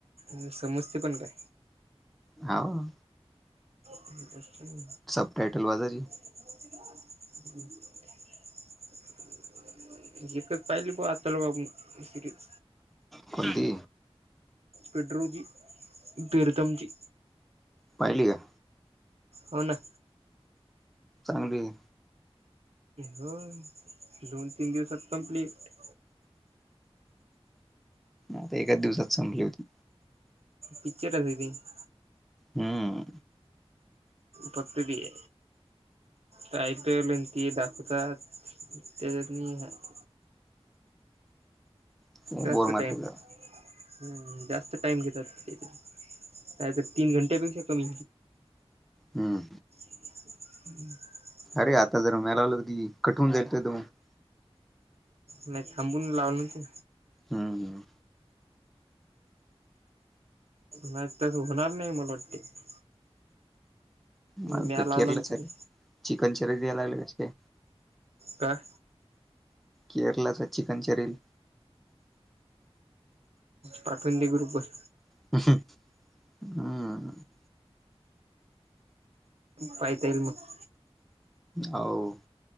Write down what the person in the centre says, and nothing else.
हवं.
सब टाइटल वाला जी
कोणती?
पाहिली का?
चांगलीय
आता एकाच दिवसात संपली होती.
हम्
ते
बोर मारला
हम.
अरे आता जर मलाल की कठून जाईल त मग <inaudible>
हम्
मग
तर
केरळचं
हे <inaudible> चिकन चरी द्याय लागले कस काय
केरळचा चिकन चरील.
हम्
हावं.